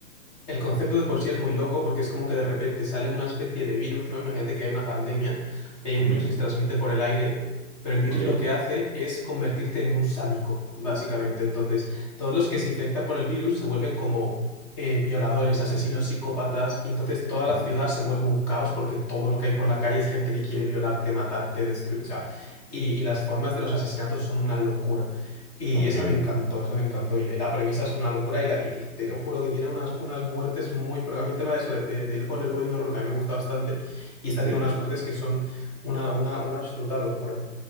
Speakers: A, on the left; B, on the right.
A: El concepto de por sí es muy loco porque es como que de repente sale una especie de virus, ¿no? Imagínate que hay una pandemia y hay un
B: Ujú.
A: virus que se transmite por el aire, pero el virus
B: Ok.
A: lo que hace es convertirte en un sádico, básicamente. Entonces, todos los que se infectan por el virus se vuelven como eh, violadores, asesinos, psicópatas, y entonces toda
B: Ajá.
A: la ciudad se vuelve un caos porque todo lo que hay por la calle es gente que quiere violarte, matarte, destruir, o sea, y, y las formas de los asesinatos son una locura. Y
B: Ok.
A: esa me encantó, esa me encantó. Y la premisa es una locura y, la, y te lo juro que tiene unas, unas muertes muy... Porque a mí el tema de eso, de- de- del core, el body horror, también me gusta bastante. Y esta tiene
B: Sí.
A: unas muertes que son una, una, una absoluta locura.